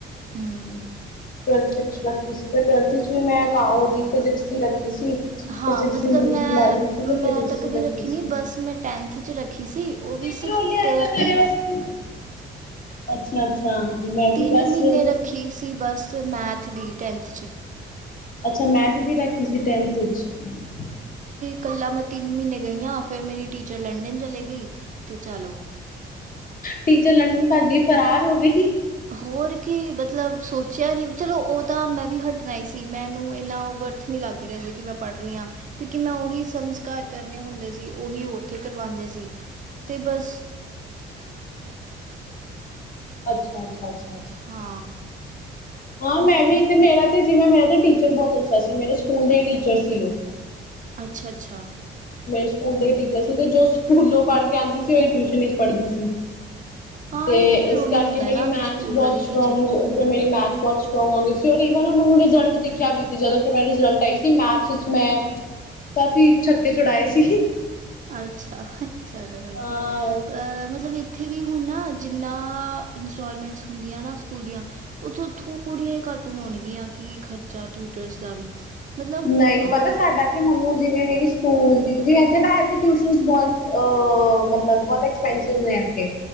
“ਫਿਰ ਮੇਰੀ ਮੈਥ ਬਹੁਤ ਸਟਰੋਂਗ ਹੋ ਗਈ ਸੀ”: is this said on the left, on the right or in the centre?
Left